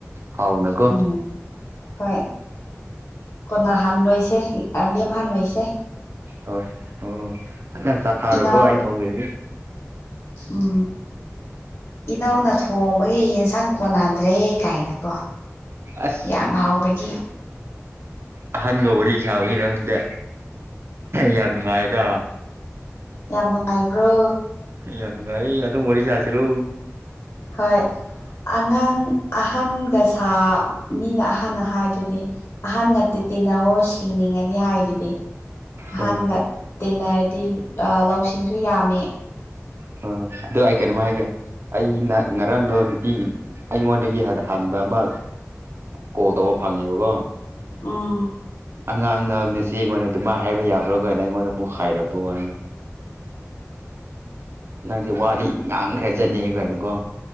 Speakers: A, on the right; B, on the left.
A: ꯍꯥꯎꯅꯀꯣ
B: ꯎꯝ ꯍꯣꯏ ꯀꫭꯟꯅꯥ ꯍꯥꯟ ꯂꯣꯏꯁꯦ ꯑ ꯂꯦꯝꯍꯥꯟ ꯂꯣꯏꯁꯦ
A: ꯍꯣꯏ ꯍꯣꯏ ꯐꯖꯅ ꯆꯥꯊꯔꯨꯀꫭ
B: ꯏꯅꯥꯎ
A: ꯑꯩ ꯊꯣꯡꯕꯤꯔꯒꯦ꯫
B: ꯎꯝ꯫ ꯏꯅꯥꯎꯅ ꯊꯣꯡꯕꯒꯤ ꯌꯦꯟꯁꯥꯡ ꯀꯣꯟꯅꯗ꯭ꯔꯦ ꯀꯥꯏꯅ ꯀꯣ꯫
A: ꯑꯁ
B: ꯌꯥꯝ ꯍꯥꯎꯕꯒꯤ꯫
A: ꯑꯍꯟꯒ ꯋꯥꯔꯤꯔꯤ ꯁꯥꯕꯩꯔ ꯈꯪꯗꯦ꯫ ꯌꯥꯝ ꯅꯨꯡꯉꯥꯏꯗ꯫
B: ꯌꯥꯝ ꯅꯨꯡꯉꯥꯏꯕ꯭ꯔꯣ꯫
A: ꯌꯥꯝ ꯅꯨꯡꯉꯥꯏꯑꯦ ꯑꯗꯨꯝ ꯋꯥꯔꯤ ꯁꯥꯥꯁꯤꯔꯣ꯫
B: ꯍꯣꯏ ꯑꯉꯥꯡ ꯑ ꯍꯟꯒ ꯁꯥ ꯃꯤꯅ ꯑꯍꯟꯅ ꯍꯥꯏꯗꯨꯗꯤ꯫ ꯑꯍꯟꯒ ꯇꯤ ꯇꯤꯟꯅꯑꯣ ꯁꯤꯡꯅꯤꯡꯑꯗꯤ ꯍꯥꯏꯗꯨꯗꯤ꯫ ꯑꯍꯥꯟꯒ
A: ꯍꯣꯏ
B: ꯇꯤꯟꯅꯔꯗꯤ ꯑꯥ ꯂꯧꯁꯤꯡꯁꯨ ꯌꯥꯝꯃꯦ꯫
A: ꯍꯣꯏ ꯑꯗꫭ ꯑꯩ ꯀꯩꯅꫭꯃ ꯍꯥꯏꯒꯦ꯫ ꯑꯩ ꯅ ꯉꯔꯥꯡꯗꯣ ꯅꯨꯄꯤ ꯑꯩꯉꯣꯟꯗꯒꯤ ꯍꯟꯕ ꯑꯃ ꯀꯣꯜ ꯇꯧꯕ ꯐꯪꯉꯦꯕꯀꯣ꯫
B: ꯎꯝ꯫
A: ꯑꯉꯥꯡꯅ ꯅꯆꯦ ꯑꯩꯉꯣꯟꯗ ꯑꯗꯨꯃꯥꯏ ꯍꯥꯏꯕ ꯌꯥꯕ꯭ꯔꯥ ꯒꯥꯏꯅ ꯑꯩꯉꯣꯟꯗ ꯑꯃꯨꯛ ꯍꯥꯏꯔꯛꯄ ꯋꯥꯅꯦꯗ꯫ ꯅꯪꯁꯦ ꯋꯥꯗꯤ ꯉꯥꯡꯈ꯭ꯔꯖꯠꯅꯤ ꯒꯥꯏꯅꯀꯣ